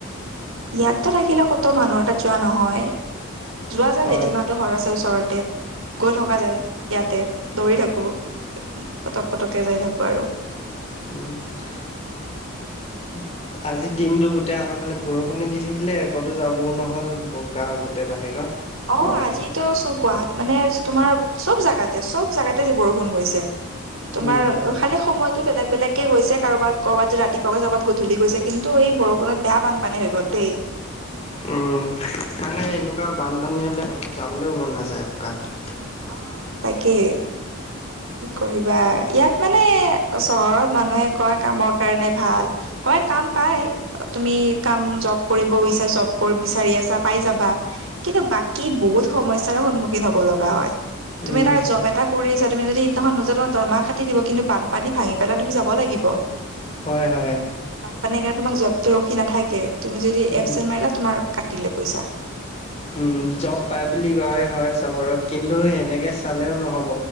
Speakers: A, on the right; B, on the left.
A: ইয়াতটো থাকিলে ক'ত মানুহৰ তাত যোৱা নহয় যোৱা যায়
B: হয়
A: জেঠীমাহঁতৰ ঘৰ আছে ওচৰতে গৈ থকা যায় ইয়াতে দৌৰি থাকো পটক পটকে যাই থাকো আৰু
B: উম হ আজি দিনটো গোটেই আমাৰ ফালে বৰষুণে দি থাকিলে ক'তো যাবওঁ নহ'ল বোকা গোটেই বাহিৰত
A: অ
B: ক'ব
A: আজিতো
B: গ'লে
A: চব গুৱাহাট মানে তোমাৰ চব জাগাতে চব জাগাতে আজি বৰষুণ পৰিছে তোমাৰ
B: উম
A: খালি সময়তো বেলেগ বেলেগ কে গৈছে কাৰবাত ক'ৰবাত যদি ৰাতিপুৱা গৈছে ক'ৰবাত গধূলি গৈছে কিন্তু এই বৰষুণত বেয়া বানপানী হৈ গ'ল দেই
B: উম মানে এনেকুৱা বানপানী হ'লে বাহিৰত যাবলৈও মন নাযায় বোকাত
A: অ তাকে কি কৰিবা ইয়াত মানে চহৰত মানুহে কয় কামৰ কাৰণে ভাল। হয় কাম পাই। তুমি কাম জব কৰিব বিচাৰিছা জব কৰিব বিচাৰি আছা পাই যাবা। কিন্তু বাকী বহুত সমস্যাৰ সন্মুখীন হ'ব লগা হয় তুমি
B: উম
A: তাৰ জব এটা কৰি আছা তুমি যদি সেইদিনাখন নোযোৱা তোমাৰ দৰমহা কাটি দিব কিন্তু বান পানী ভাঙি পেলাই তুমি যাব লাগিব।
B: হয় হয়
A: বানপানীৰ কাৰণে তোমাৰ জবটো ৰখি নাথাকে তুমি যদি
B: উম
A: এপচেন মাৰিলা তোমাৰ কাটিলে পইচা।
B: উম জব পাই বুলি কয় হয় চহৰত কিন্তু সেনেকে চালেও নহ'ব।